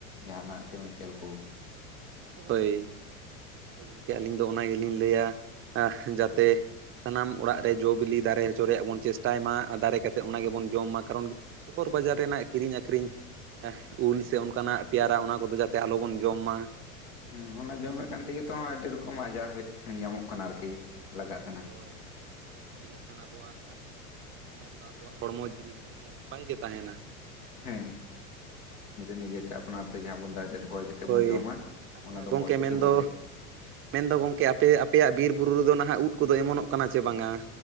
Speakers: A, on the left; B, on the right.
A: ᱡᱟᱦᱟᱱᱟᱜ ᱠᱮᱢᱤᱠᱮᱞ ᱠᱚ,
B: ᱦᱳᱭ ᱫᱚ ᱜᱚᱝᱠᱮ ᱟᱹᱞᱤᱧ ᱫᱚ ᱚᱱᱟ ᱜᱮᱞᱤᱧ ᱞᱟᱹᱭᱟ ᱟᱸᱦ ᱡᱟᱛᱮ, ᱥᱟᱱᱟᱢ ᱚᱲᱟᱜ ᱨᱮ ᱡᱚ ᱵᱤᱞᱤ ᱫᱟᱨᱮ ᱦᱚᱪᱚ ᱨᱮᱭᱟᱜ ᱵᱚᱱ ᱪᱮᱥᱴᱟᱭ ᱢᱟ᱾ ᱫᱟᱨᱮ ᱠᱟᱛᱮᱫ ᱚᱱᱟ ᱜᱮᱵᱚᱱ ᱡᱚᱢ ᱢᱟ ᱠᱟᱨᱚᱱ ᱥᱚᱫᱚᱨ ᱵᱟᱡᱟᱨ ᱨᱮᱱᱟᱜ ᱠᱤᱨᱤᱧ ᱟᱹᱠᱷᱨᱤᱧ ᱮᱦ ᱩᱞ ᱥᱮ ᱚᱱᱠᱟᱱᱟᱜ ᱛᱮᱭᱟᱨᱟ ᱚᱱᱟ ᱠᱚᱫᱚ ᱡᱟᱛᱮ ᱟᱞᱚᱵᱚᱱ ᱡᱚᱢ ᱢᱟ ᱾
A: ᱦᱮᱸ ᱚᱱᱟ ᱡᱚᱢᱮᱫ ᱠᱟᱱ ᱛᱮᱜᱮ ᱛᱚ ᱟᱹᱰᱤ ᱨᱚᱠᱚᱢ ᱟᱡᱟᱨ ᱦᱮᱜ ᱧᱟᱢᱚᱜ ᱠᱟᱱᱟ ᱟᱨᱠᱤ ᱞᱟᱜᱟᱜ ᱠᱟᱱᱟ ᱾
B: ᱦᱳᱭ ᱤᱱᱟᱹᱠᱷᱟᱱ ᱟᱵᱚᱣᱟᱜ ᱢᱮᱱᱫᱚ ᱟᱵᱚᱣᱟᱜ ᱦᱚᱲᱢᱚ ᱡᱤᱣᱤ ᱱᱟᱹᱭ ᱜᱮ ᱱᱟᱯᱟᱭ ᱜᱮ ᱛᱟᱦᱮᱱᱟ ᱾
A: ᱦᱮᱸ ᱱᱤᱡᱮᱛᱮ ᱟᱯᱱᱟᱨ ᱛᱮ ᱡᱟᱦᱟᱸ ᱵᱚᱱ ᱫᱟᱨᱮ ᱨᱚᱦᱚᱭ ᱮᱫ ᱛᱮᱵᱚᱱ
B: ᱦᱳᱭ
A: ᱡᱚᱢᱟ
B: ᱟᱪᱪᱷᱟ
A: ᱚᱱᱟ ᱫᱚ
B: ᱜᱚᱝᱠᱮ
A: ᱢᱚᱸᱡᱽ ᱛᱮᱵᱚ
B: ᱢᱮᱱᱫᱚ
A: ᱛᱟᱦᱮᱱ
B: ᱢᱮᱱᱫᱚ ᱜᱚᱝᱠᱮ ᱟᱯᱮ ᱟᱯᱮᱭᱟᱜ ᱵᱤᱨ ᱵᱩᱨᱩ ᱨᱮᱫᱚ ᱱᱟᱦᱟᱜ ᱩᱫ ᱠᱚᱫᱚ ᱮᱢᱚᱱᱚᱜ ᱠᱟᱱᱟ ᱪᱮ ᱵᱟᱝᱼᱟ?